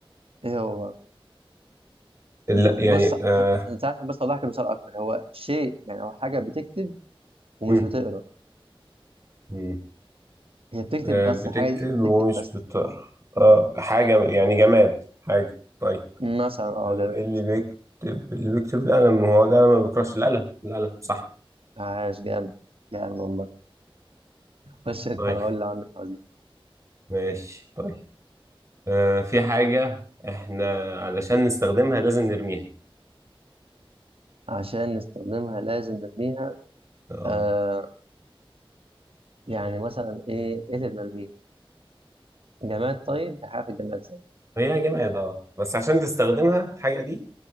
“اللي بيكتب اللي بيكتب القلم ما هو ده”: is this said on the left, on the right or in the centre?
Right